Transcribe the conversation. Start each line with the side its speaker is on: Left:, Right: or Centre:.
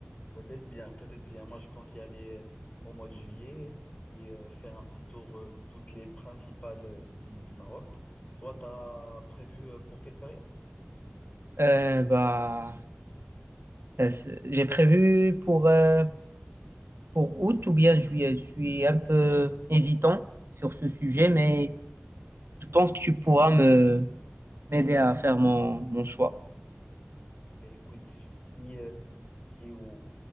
Left: Peut-être bien, peut-être bien. Moi, je compte y aller euh, au mois de juillet et euh, faire un petit tour euh, de toutes les principales euh, villes du Maroc. Toi, t'as prévu euh, pour quelle période?
Right: Euh, bah, euh, c'est- j'ai prévu pour, euh, pour août ou bien juillet. Je suis un peu hésitant sur ce sujet, mais je pense que tu pourras me m'aider à faire mon, mon choix.
Left: Ben écoute, si, euh, si au,